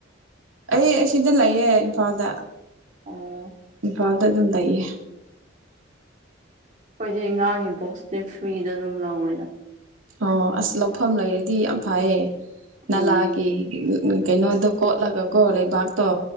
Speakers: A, on the right (about 80°); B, on the right (about 40°).
A: ꯑꯩ ꯁꯤꯗ ꯂꯩꯌꯦ ꯏꯝꯐꯥꯜꯗ
B: ꯑꯣ
A: ꯇꯨꯋꯦꯜꯞꯇ ꯑꯗꯨꯝ ꯂꯩꯌꯦ
B: ꯑꯩꯈꯣꯏꯗꯤ ꯉꯥꯒꯤ ꯕꯣꯛꯁꯇꯤ ꯐ꯭ꯔꯤꯗ ꯑꯗꯨꯝ ꯂꯧꯋꯦꯗ
A: ꯑꯣ ꯑꯁ ꯂꯧꯐꯝ ꯂꯩꯔꯗꯤ ꯌꯥꯝ ꯐꯩꯌꯦ ꯅꯂꯥꯒꯤ
B: ꯎꯝ
A: ꯎꯝ ꯀꯩꯅꯣꯗꯣ ꯀꯣꯠꯂꯒꯀꯣ ꯂꯩꯕꯥꯛꯇꯣ